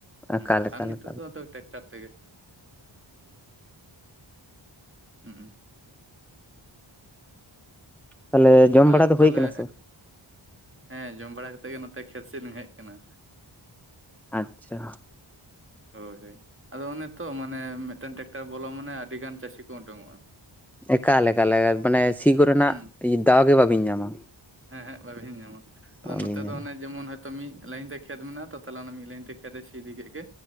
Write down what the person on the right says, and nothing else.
ᱵᱟᱠᱷᱟᱱ
ᱱᱤᱛᱚᱜ
ᱫᱚ ᱴᱮᱠᱴᱟᱨ ᱛᱮᱜᱮ ᱦᱩ
ᱟᱨ
ᱛᱟᱦᱚᱞᱮ
ᱦᱮᱸ ᱡᱚᱢ ᱵᱟᱲᱟ ᱠᱟᱛᱮᱫ ᱜᱮ ᱱᱚᱛᱮ ᱠᱷᱮᱛ ᱥᱮᱫ ᱞᱤᱧ ᱦᱮᱡ ᱟᱠᱟᱱᱟ᱾
ᱦᱳᱭ ᱦᱳᱭ ᱟᱫᱚ ᱚᱱᱮ ᱛᱚ ᱢᱟᱱᱮ ᱢᱤᱫᱴᱮᱱ ᱴᱨᱟᱠᱴᱟᱨ ᱵᱚᱞᱚ ᱢᱟᱱᱮ ᱟᱹᱰᱤ ᱜᱟᱱ ᱪᱟᱹᱥᱤ ᱠᱚ ᱚᱰᱳᱝᱚᱜᱼᱟ᱾
ᱦᱩᱸ
ᱦᱮᱸ ᱦᱮᱸ ᱵᱟᱹᱜᱤᱧ ᱧᱟᱢᱟ ᱟᱫᱚ
ᱱᱚᱛᱮ
ᱫᱚ ᱚᱱᱮ ᱡᱮᱢᱚᱱ ᱛᱚ ᱢᱤᱫ ᱞᱟᱭᱤᱱ ᱛᱮ ᱠᱷᱮᱛ ᱢᱮᱱᱟᱜᱼᱟ ᱛᱚ ᱛᱟᱦᱚᱞᱮ ᱚᱱᱟ ᱢᱤᱫ ᱞᱟᱭᱤᱱ ᱛᱮ ᱠᱷᱮᱛ ᱮ ᱥᱤ ᱤᱫᱤ ᱠᱮᱫ ᱜᱮ